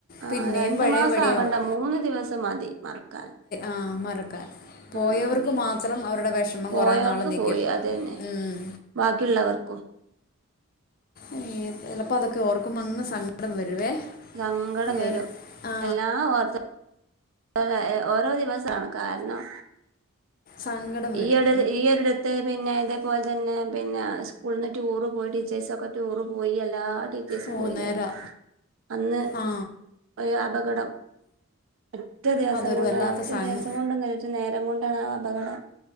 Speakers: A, on the right; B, on the left.
A: ആഹ്
B: പിന്നെയും
A: രണ്ട്
B: പഴയ
A: മാസം
B: പടിയാവും
A: ആവണ്ട മൂന്ന് ദിവസം മതി മറക്കാൻ
B: ആഹ് മറക്കാൻ പോയവർക്ക്
A: ഉം
B: മാത്രം അവരുടെ വെഷമം
A: പോയവർക്ക്
B: കുറേ നാള് നിക്കും
A: പോയി അതന്നെ
B: ഉം
A: ബാക്കിയുള്ളവർക്കും
B: അയ്യോ ചെലപ്പ അതൊക്കെ ഓർക്കുമ്പോ അങ്ങ് സങ്കടം വരുവേ
A: സങ്കടം
B: ഈ
A: വരും
B: ഒരു ആ
A: എല്ലാ വർ വെ ഏഹ് ഓരോ ദിവസാണ് കാരണം
B: സങ്കടം
A: ഈയൊട്
B: വരും
A: ഈയൊരിടത്ത് പിന്നെ ഇതേപോല് തന്നെ പിന്നെ ആഹ് സ്കൂൾന്ന് ടൂറ് പോയ ടീച്ചേഴ്സൊക്കെ ടൂറ് പോയി അല്ലാ ആഹ് ടീച്ചേഴ്സും
B: ഓ
A: പോയില്ലേ
B: നേരാ
A: അന്ന്
B: ആ
A: ഒരു അപകടം ഒറ്റ ദിവസം
B: അതൊരു
A: കൊണ്ടാണ്
B: വല്ലാത്ത
A: ഒറ്റ
B: സങ്
A: ദിവസം കൊണ്ടൊന്നും അല്ല ഒറ്റ നേരം കൊണ്ടാണ് ആഹ് അപകടം